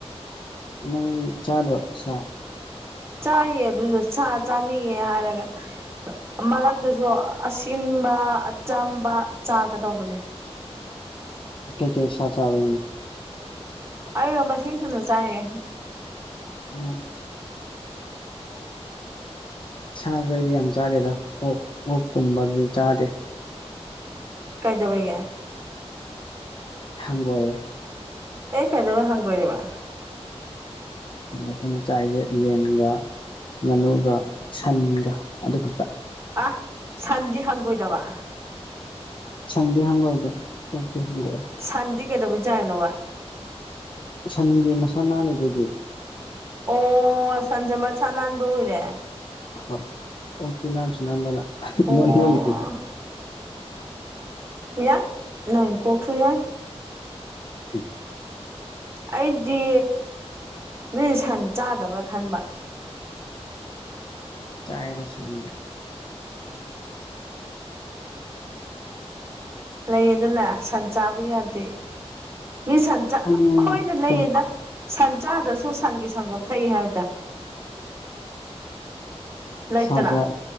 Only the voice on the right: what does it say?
ꯆꯥꯏꯌꯦ ꯑꯗꯨꯗ ꯆꯥꯅꯤꯡꯉꯦ ꯍꯥꯏꯔꯒ ꯃꯔꯛꯇꯁꯨ ꯑꯁꯤꯟꯕ ꯑꯆꯝꯕ ꯆꯥꯒꯗꯧꯕꯅꯦ
ꯑꯩꯅ ꯃꯁꯤꯡꯁꯨꯨꯅ ꯆꯥꯏꯌꯦ
ꯀꯩꯗꯕꯩꯒꯦ
ꯑꯦ ꯀꯦ ꯑꯗꯨꯕ ꯍꯪꯒ ꯑꯣꯏꯔꯤꯕ
ꯑ ꯁꯟꯗꯤ ꯍꯪꯒꯣꯏꯗꯕ
ꯁꯥꯟꯗꯤ ꯀꯩꯅꯣꯕꯩ ꯆꯥ ꯅꯣꯕ
ꯑꯣ ꯁꯟꯖꯦ ꯃꯁꯥ ꯅꯥꯟꯕ ꯑꯣꯏꯔꯦ
ꯑꯣ
ꯌꯥꯏ ꯅꯥꯏ ꯀꯧꯁꯣꯟ ꯌꯥꯏ
ꯑꯩꯗꯤ ꯅꯣꯏ ꯁꯟ ꯆꯥꯗꯕ꯭ꯔꯥ ꯈꯟꯕ
ꯂꯩꯗꯅ ꯁꯟ ꯆꯥꯕ ꯌꯥꯗꯦ ꯃꯤ ꯁꯟ
ꯍꯣꯏꯅ ꯂꯩꯌꯦꯗ
ꯁꯟ ꯆꯥꯗ꯭ꯔꯁꯨ ꯁꯟꯒꯤ ꯁꯪꯒꯣꯝ ꯊꯛꯏ ꯍꯥꯏꯕꯗ ꯂꯩꯇ꯭ꯔꯥ